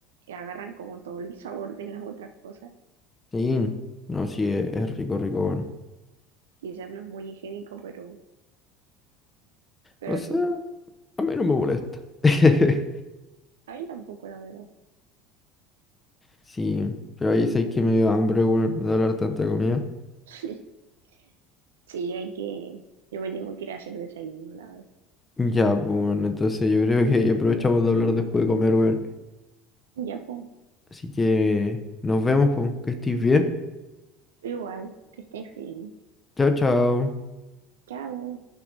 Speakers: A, on the right; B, on the left.
A: agarran como todo el sabor de las otras cosas.
B: Sí, no, sí, es, es rico, rico, bueno.
A: Quizás no es muy higiénico, pero, pero
B: O sea,
A: es rico.
B: a mí no me molesta. <laughs>
A: A mí tampoco, la verdad.
B: Sí, pero ahí sabéis que me dio hambre, bueno, de hablar tanta comida.
A: <laughs> Sí, hay que, yo me tengo que ir a hacer desayuno, la verdad.
B: Ya, pues, bueno, entonces yo creo que aprovechamos de hablar después de comer, bueno.
A: Ya, pues,
B: Así que nos vemos, pues, que estés bien.
A: igual, que estés bien.
B: Chao, chao.
A: Chao.